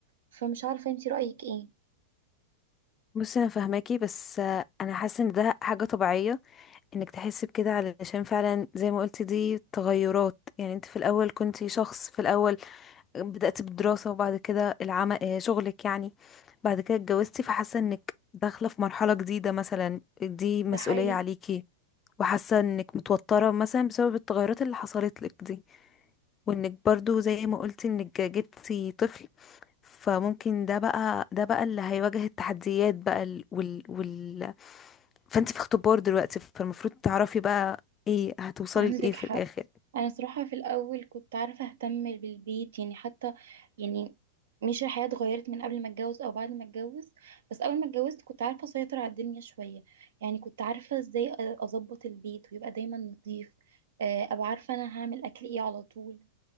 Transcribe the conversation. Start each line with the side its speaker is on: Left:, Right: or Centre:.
Right: فمش عارفة انتي رأيك ايه
Left: بصي انا فاهماكي بس آه، انا حاسه ان ده حاجه طبيعيه انك تحسي بكده علشان فعلا زي ما قلتي دي تغيرات يعني انت في الاول كنتي شخص في الاول بدأت بالدراسه وبعد كده العمل آه، شغلك يعني بعد كده اتجوزتي فحاسه انك داخله في مرحله جديده مثلا دي مسؤوليه
Right: ده حقيقي
Left: عليكي وحاسه انك متوتره مثلا بسبب التغيرات اللي حصلت لك دي وانك برضو زي ما قلتي انك جبتي طفل فممكن ده بقى ده بقى اللي هيواجه التحديات بقى ال- وال وال فانت في اختبار دلوقتي فالمفروض تعرفي بقى ايه هتوصلي
Right: عندك
Left: لايه في
Right: حق
Left: الاخر
Right: انا صراحة في الاول كنت عارفة اهتم بالبيت يعني حتى يعني مش الحياة اتغيرت من قبل ما اتجوز او بعد ما اتجوز بس اول ما اتجوزت كنت عارفة اسيطر على الدنيا شوية يعني كنت عارفة ازاي أ- اظبط البيت ويبقى دايما نظيف آه، ابقى عارفة انا هعمل اكل ايه على طول